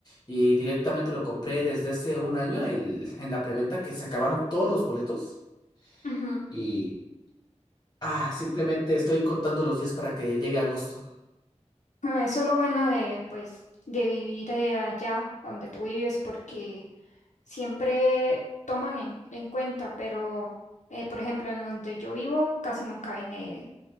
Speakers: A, on the left; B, on the left.
A: Y directamente lo compré desde hace un año el, en la preventa que se acabaron todos los boletos.
B: Ujú.
A: Y Ah, simplemente estoy contando los días para que llegue agosto.
B: Ah, Eso es lo bueno de, pues, de vivir eh, allá donde tú vives porque siempre toman en, en cuenta, pero eh, por ejemplo, en donde yo vivo casi nunca viene